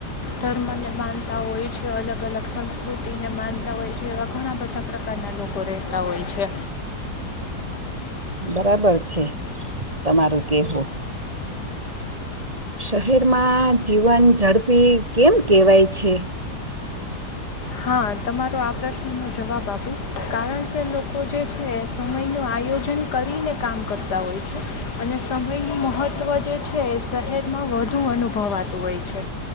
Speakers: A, on the left; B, on the right.
A: ધર્મને માનતા હોય છે અલગ અલગ સંસ્કૃતિને માનતા હોય છે એવા ઘણા બધા પ્રકારના લોકો રહેતા હોય છે.
B: બરાબર છે તમારું કેવું શહેરમાં જીવન ઝડપી કેમ કેહેવાય છે.
A: હા તમારો આ પ્રશ્નનો જવાબ આપીશ કારણ કે લોકો જે છે સમયનું આયોજન કરીને કામ કરતા હોય છે અને સમયનું મહત્ત્વ જે છે એ શહેરમાં વધુ અનુભવાતું હોય છે